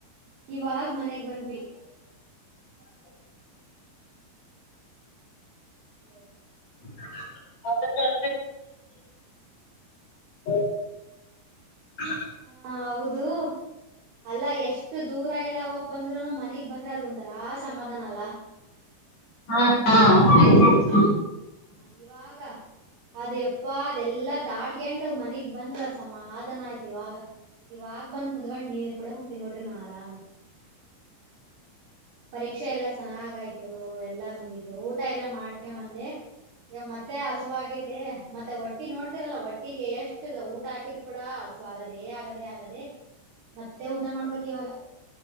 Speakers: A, on the right; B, on the left.
A: ಇವಾಗ ಮನೆಗ್ ಬಂದ್ವಿ <inaudible> ಹಲೋ
B: ಹ ಚ <inaudible> ಹ್ಮ <inaudible>
A: ಹಾ ಹೌದು ಅಲ್ಲಾ ಎಷ್ಟು ದೂರ ಎಲ್ಲ ಹೋಗ್ ಬಂದ್ರುನು ಮನೆಗ್ ಬಂದ್ರೆ ಅದು ಒಂಂತಾರ ಆ ಸಮಾಧಾನ ಅಲ್ಲಾ
B: ಹಾ ಹಾ <inaudible>
A: ಹ ಇವಾಗ ಅದು ಎಪ್ಪಾ ಅದೆಲ್ಲಾ ದಾಟ್ಕಂಡು ಮನಗ್ ಬಂದ್ರ ಸಮಾಧಾನ ಆಯ್ತು <inaudible> ಇವಾಗ ಇವಾಗ ಬಂದ್ ಕುದೊಂಡ್ ನೀರ್ ಕೂಡ ಕುಂತೀಿ ನೋಡ್ರಿ ನಾ ಆರಾಮ್ ಪರೀಕ್ಷೆ ಎಲ್ಲಾ ಚೆನ್ನಾಗ ಆಯ್ತು ಎಲ್ಲಾ ಮುಗೀತು ಊಟ ಎಲ್ಲಾ ಮಾಡ್ಕ ಬಂದೆ ಮತ್ತೆ ಹಸುವ ಆಾಗೈತಿ ಮತ್ತೆ ಒಟ್ಟ <inaudible> ಒಟ್ಟಿ ನೋಡ್ತಿರಲ್ಲ ಒಟ್ಟಿಗೆ ಎಷ್ಟು ಊಟ ಹಾಕಿದ್ರು ಕೂಡ ಸ್ವಾಗದೇ ಆಗದೆೇ ಆಗದೆೇ ಮತ್ತೆ ಊಟ ಮಾಡ್ಬೇಕು ಇವಾಗ